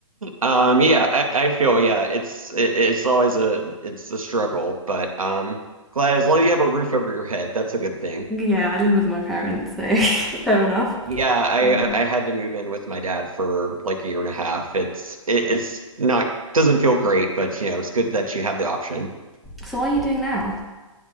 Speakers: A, on the right (about 85°); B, in the centre.
A: Um, yeah, I, I feel yeah, it's it, it's always a it's a struggle, but um, glad as long as you have a roof over your head, that's a good thing.
B: Yeah, I live with my parents, so <laughs> fair enough.
A: Yeah, I
B: Uh,
A: I had to move in with my dad for like a year and a half. It's it, it's not doesn't feel great, but you know, it's good that you have the option.
B: so what are you doing now?